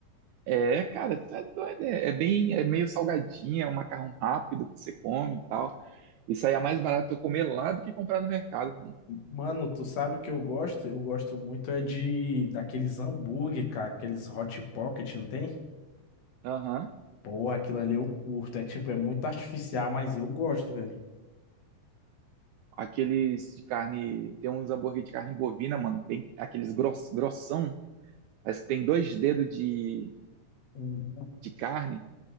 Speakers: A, on the right (about 85°); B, on the left (about 55°).
A: É, cara, tu é doido. É, é bem, é meio salgadinha, é um macarrão rápido que você come e tal. Isso aí é mais barato eu comer lá do que comprar no mercado.
B: Mano, tu sabe o que eu gosto? Eu gosto muito é de daqueles hambúrguer, cara, aqueles Hot Pocket, não tem?
A: Aham.
B: Porra, aquilo ali eu curto. É tipo, é muito artificial, mas eu gosto, velho.
A: Aqueles de carne, tem uns hambúrguer de carne bovina, mano, bem, aqueles gross, grossão. Parece que tem dois dedos de,
B: Uhum.
A: de carne.